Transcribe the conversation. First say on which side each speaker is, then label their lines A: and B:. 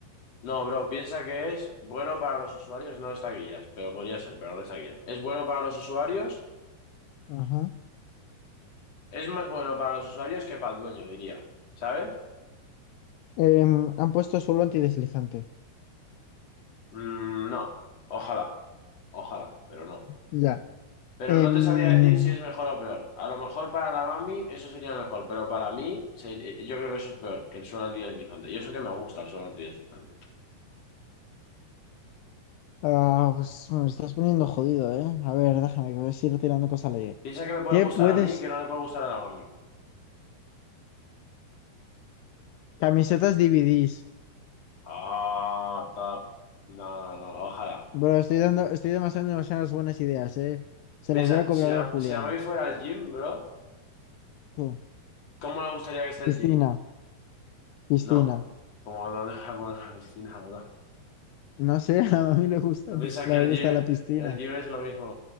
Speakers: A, on the left (about 40°); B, on the left (about 80°).
A: No, bro, piensa que es bueno para los usuarios, no es taquillas, pero podría ser, pero no es taquillas. Es bueno para los usuarios,
B: Ajá.
A: es más bueno para los usuarios que para el dueño, diría. ¿Sabes?
B: Em, han puesto suelo antideslizante.
A: Mm, no. Ojalá. Ojalá, pero no.
B: Ya.
A: Pero
B: Em,
A: no te sabría decir si es mejor o peor. A lo mejor para la mami eso sería mejor, pero para mí se- eh, yo creo que eso es peor que el suelo antideslizante. Y eso que me gusta el suelo antideslizante.
B: ah, pues me estás poniendo jodido, ¿eh? A ver, déjame que voy a ir tirando cosas a la idea.
A: Piensa que me puede
B: ¿Qué
A: gustar
B: puedes?
A: a mí, que no le puede gustar a la mami.
B: Camisetas DVDs.
A: Ah, tap. No, no, no, ojalá.
B: Bro, estoy dando, estoy demasiado, demasiadas buenas ideas, ¿eh? Se
A: Piensa,
B: las voy a cobrar
A: si la,
B: al Julián.
A: si la mami fuera al gym, bro,
B: Sí.
A: ¿cómo le gustaría que esté
B: Piscina,
A: el gym?
B: piscina.
A: No, como no <laughs> deja poner la piscina, bro.
B: No sé, <laughs> a mí le gusta,
A: Piensa
B: le
A: que el
B: gusta
A: gym,
B: la piscina.
A: el gym es lo mismo.